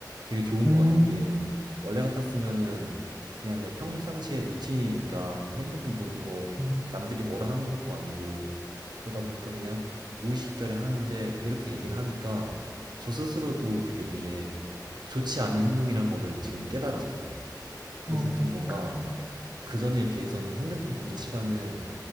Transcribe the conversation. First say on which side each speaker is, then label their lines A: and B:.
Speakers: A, on the right; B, on the right.
A: 되게 좋은
B: 음,
A: 것 같은 게 원래 같았으면은 그냥 내 평상시의 루틴이니까 뭐 핸드폰 보는 거
B: 네.
A: 남들이 뭐라 하는 것도 아니고 그러다 보니까 그냥 무의식결에 하는데 이렇게 얘기를 하니까 저 스스로도 그게 되게 좋지 않은 행동이란 거를 지금 깨달았어요. 그래서
B: 음,
A: 좀 뭔가
B: 그쵸.
A: 그전에 비해서는 핸드폰 보는 시간을